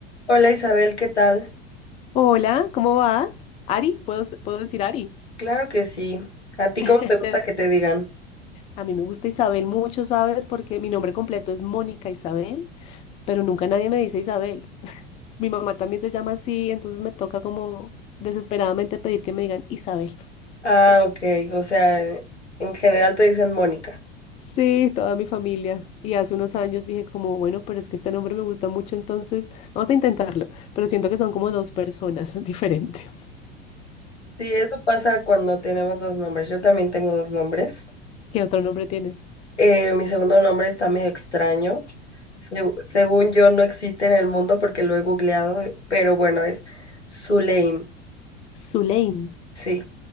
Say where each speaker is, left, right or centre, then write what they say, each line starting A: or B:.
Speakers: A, on the left; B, on the left.
A: Hola Isabel, ¿qué tal?
B: Hola, ¿cómo vas? Ari, ¿puedo, s- puedo decir Ari?
A: Claro que sí. ¿A ti
B: <laughs>
A: cómo te gusta
B: Te-
A: que te digan?
B: a mí me gusta Isabel mucho, ¿sabes? Porque mi nombre completo es Mónica Isabel, pero nunca nadie me dice Isabel. Mi mamá también se llama así, entonces me toca como desesperadamente pedir que me digan Isabel.
A: Ah, ok, o sea, en general te dicen Mónica.
B: Sí, toda mi familia. Y hace unos años dije como, bueno, pero es que este nombre me gusta mucho, entonces vamos a intentarlo. Pero siento que son como dos personas <laughs> diferentes.
A: Sí, eso pasa cuando tenemos dos nombres. Yo también tengo dos nombres.
B: ¿Qué otro nombre tienes?
A: Eh, mi segundo nombre está medio extraño. Se- según yo no existe en el mundo porque lo he googleado, eh, pero bueno, es Zuleim.
B: Zuleim.
A: Sí,